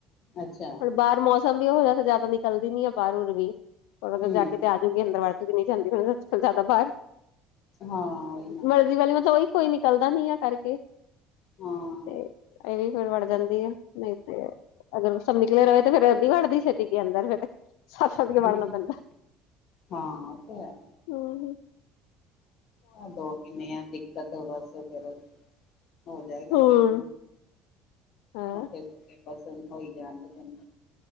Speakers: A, on the left (about 55°); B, on the left (about 80°).
A: ਅੱਛਾ।
B: ਹੁਣ ਬਾਹਰ ਮੌਸਮ ਵੀ ਉਹ ਜਿਹਾ ਜ਼ਿਆਦਾ ਨਿਕਲਦੀ ਨੀ ਹੈ, ਬਾਹਰ ਬੁਹਰ ਵੀ ਥੋੜਾ
A: ਹੂੰ,
B: ਜ ਜਾ। ਕੇ ਤੇ ਆਜੂਗੀ ਅੰਦਰ ਚ ਵੀ ਨਹੀਂ ਜਾਂਦੀ, ਅੱਜਕੱਲ ਜ਼ਿਆਦਾ ਬਾਹਰ
A: ਹਾਂ ਉਹੀ ਨਾ।
B: ਗਰਮੀ ਵਾਲੀ ਮਤਲਬ, ਉਹੀ ਕੋਈ ਨਿਕਲਦਾ ਨੀ ਆ ਕਰਕੇ। ਤੇ
A: ਹਾਂ,
B: ਇਹ ਵੀ ਫਿਰ ਵੜ ਜਾਂਦੀ ਆ, ਨਹੀਂ ਤੇ ਅਗਰ ਸਭ ਨਿਕਲੇ ਰਹੇ ਤਾਂ ਫੇਰ ਅੱਧੀ ਵੜਦੀ ਛਟੀ ਕੇ ਅੰਦਰ, ਫਿਰ ਸੱਦ- ਸੱਦ ਕੇ
A: ਹੂੰ,
B: ਵਾੜਨਾ ਪੈਂਦਾ।
A: ਹਾਂ, ਉਹ ਤੇ ਹੈ।
B: ਹਮ।
A: ਹਾਂ ਦੋ ਮਹੀਨੇ ਆ ਦਿੱਕਤ, ਬਸ ਫਿਰ ਹੋ ਜਾਏਗਾ
B: ਹਮ
A: ਠੀਕ,
B: ਹਾਂ
A: ਓ <unintelligible> ਬਸ ਹੋਈ ਜਾਣਦੇ ਤਨ